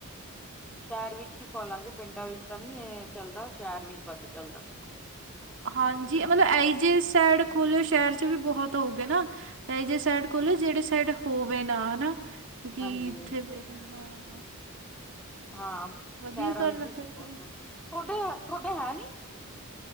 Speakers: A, in the centre; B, on the right.
A: ਹੂੰ, ਸ਼ਹਿਰ ਵਿੱਚ ਹੀ ਖੋਲਾਂਗੇ ਪਿੰਡਾਂ ਵਿੱਚ ਤਾਂ ਨਹੀ ਇਹ ਚੱਲਦਾ, ਸ਼ਹਿਰ ਵਿੱਚ ਵੱਧ ਚੱਲਦਾ
B: <unintelligible> ਹਾਂਜੀ। ਮਤਲਬ ਐਈਜੇ ਸਾਈਡ ਖੋਲਿਓ ਸ਼ਹਿਰ'ਚ ਵੀ ਬਹੁਤ ਹੋਊਗੇ ਨਾ, ਤੇ ਇਹੀਜੇ ਸਾਈਡ ਖੋਲੋ ਜਿਹੜੇ ਸਾਈਡ ਹੋਵੇ ਨਾ, ਹਨਾ। ਕਿਉਂਕਿ
A: ਹਾਂਜੀ,
B: ਇੱਥੇ ਫਿਰ ਹ
A: ਹਾਂ,
B: ਵਧੀਆ
A: ਸ਼ਹਿਰਾਂ
B: ਗੱਲ
A: ਵਿੱਚ
B: ਆ
A: ਵੀ ਥੋਡੇ-ਥੋਡੇ
B: ਫਿਰ ਤਾਂ।
A: ਹੈ, ਨੀ?